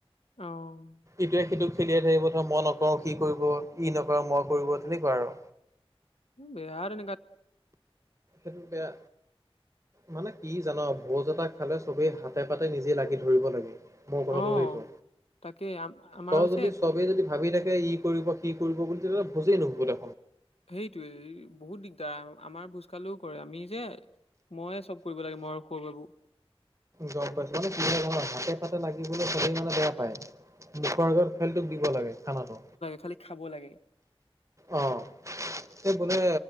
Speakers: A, on the left; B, on the right.
A: অ'
B: ইটোৱে-সিটো খেলিয়াই থাকিব ধ মই নকৰো। সি কৰিব ই নকো মই কৰিব তেনেকুৱা আৰু।।
A: বিহাৰ ন কাত
B: আপয়া মানে কি জানো ভোজ এটা খালে চবেই হাতে, পাতে নিজে লাগি ধৰিব লাগে। মোৰ কথাটো
A: অ'
B: লৈছো
A: তাকে আম আমাৰো
B: তই যদি
A: যে কোনো
B: চবেই যদি ভাবি থাক ই, কৰিব কি কৰিব বুলি তেতিলে বুজেই নুহুব দে।
A: সেইটোয়ে বহুত দিগদাৰ আমাৰ স, কালও কৰে আমি যে মইে চব কৰিব লাগে ম, সৰ, বাবু
B: গম পাইছো মান কি হাতে, পাতে লাগিবলৈ সবেই মানে বেয়া পায়। দুখৰ আগত খেলটোক দিব লাগে খানাটো
A: থালিথ খাব লাগে
B: অ এই বোলে